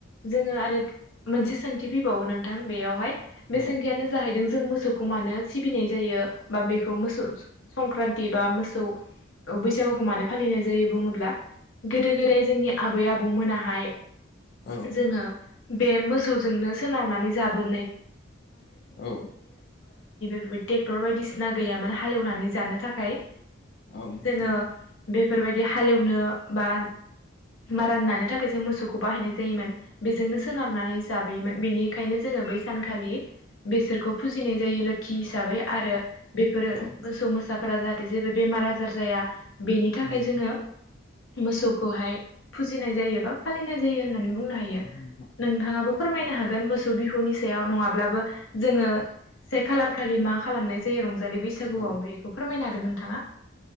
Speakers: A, on the left; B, on the left.
A: जोङो आरो मोनसे सोंथि फैबावो नोंथां बेयावहाय
B: औ
A: बे सोंथियानो जाहैदों जों मोसौखौ मानो सिबिनाय जायो बा बेखौ मोसौ संक्रान्ति बा मोसौ बैसागु हानो फालिनाय जायो बुङोब्ला गोदो गोदाय जोंनि आबै आबौमोनाहाय
B: औ
A: जोङो बे मोसौजोंनो सोनारनानै जाबो
B: औ
A: <unintelligible> ट्रेक्टर बायदिसिना गैयामोन हालेवनानै जानो थाखाय
B: औ नोंथां
A: जोङो बेफोरबायदि हालेवनो बा मारान नानो थाखाय जों मोसौखौ बाहायनाय जायोमोन बेजोंनो सोनारनानै जाबोयोमोन बेनिखायनो जों जों बै सानखालि बेसोरखौ फुजिनाय जायो लोखि हिसाबै आरो बेफोरो
B: औ
A: मोसौ मोसाफोरा जाहाथे जेबो बेमार आजार जाया बेनि थाखाय
B: औ
A: जोङो मोसौखौहाय फुजिनाय जायो बा फालिनाय जायो होननानै बुंनो हायो
B: औ नोंथां
A: नोंथाङाबो फोरमायनो हागोन मोसौ बिहुनि सायाव नङाब्लाबो जोङो से खालार खालि मा खालामनाय जायो रंजालि बैसागुआव
B: औ
A: बेखौ फोरमायनोन गोन नोंथाङा?